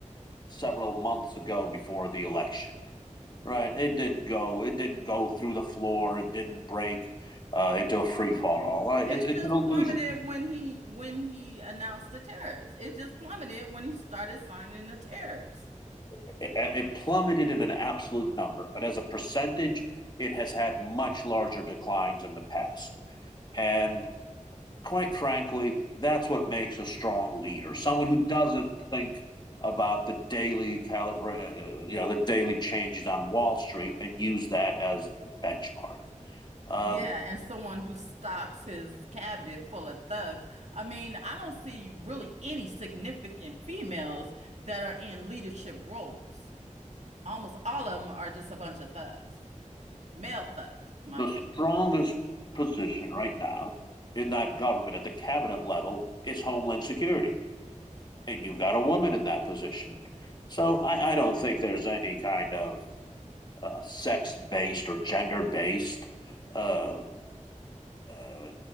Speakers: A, on the left; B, on the right.
A: several months ago before the election. Right. It didn't go. It didn't go through the floor. It didn't break uh, into a free fall. All right.
B: It
A: It's, it's
B: just
A: an illusion.
B: plummeted when he when he announced the tariffs. It just plummeted when he started signing the tariffs.
A: It, it plummeted in an absolute number, but as a percentage, it has had much larger declines in the past. And quite frankly, that's what makes a strong leader someone who doesn't think about the daily calibra- uh, you know, the daily changes on Wall Street and use that as the benchmark. Um,
B: Yeah, and someone who stocks his cabinet full of thugs. I mean, I don't see really any significant females that are in leadership roles. Almost all of them are just a bunch of thugs, male thugs, mind
A: the
B: you.
A: strongest position right now in that government at the cabinet level is Homeland Security. And you've got a woman in that position. So I, I don't think there's any kind of uh, sex based or gender based uh, uh,